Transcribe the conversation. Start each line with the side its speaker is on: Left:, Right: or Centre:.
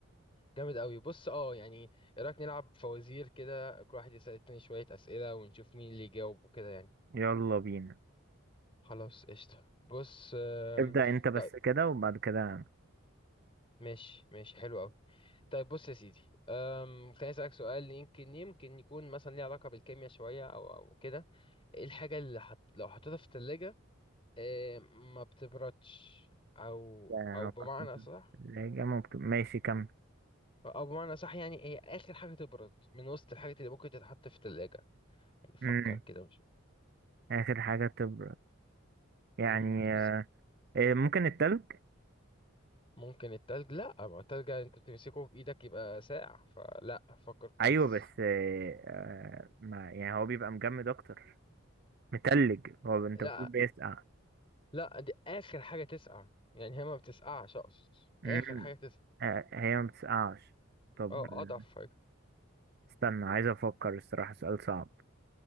Left: جامد قوي بص اه يعني ايه رايك نلعب فوازير كده كل واحد يسال التاني شويه اسئله ونشوف مين اللي يجاوب وكده يعني
Right: يلا بينا
Left: خلاص قشطه بص آم،
Right: ابدأ انت بس
Left: طيب
Right: كده وبعد كده أنا.
Left: ماشي ماشي حلو قوي طيب بص يا سيدي أم خليني اسالك سؤال يمكن يمكن يكون مثلا ليه علاقه بالكيمياء شويه او او كده ايه الحاجه اللي حت... لو حطيتها في الثلاجه إيه، ما بتبردش او
Right: يعني
Left: او
Right: أنا
Left: بمعنى
Right: حطيت
Left: صح
Right: الثلاجة ممكن ماشي كمل
Left: او بمعنى صح يعني هي اخر حاجه تبرد من وسط الحاجات اللي ممكن تتحط في الثلاجه يعني فكر
Right: امم
Left: كده وشوف
Right: اخر حاجة تبرد يعني
Left: امم بز-
Right: آه، آه، ممكن التلج
Left: ممكن التلج لا ما التلج انت بتمسكه في ايدك يبقى ساقع فلا فكر كويس
Right: ايوه بس آه، آه، ما يعني هو بيبقى مجمد اكتر متلج هو انت
Left: لا
Right: بتقول بيسقع
Left: لا دي اخر حاجه تسقع يعني هي ما بتسقعش اقصد
Right: امم
Left: اخر حاجه تسقع
Right: آه، هي ما بتسقعش طب
Left: اه
Right: آه،
Left: اضعف حاجه
Right: استنى عايز افكر الصراحة سؤال صعب